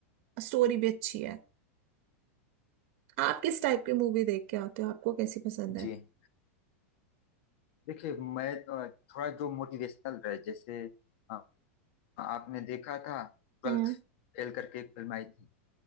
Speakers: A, on the right; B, on the left.
A: स्टोरी भी अच्छी है आप किस टाइप की मूवी देख के आते हो आपको कैसी पसंद है
B: जी देखिए मैं अ, थोड़ा जो मोटिवेशनल रहे जैसे अ, आपने देखा था ट्वेल्थ
A: हम्म
B: फेल करके एक फिल्म आई थी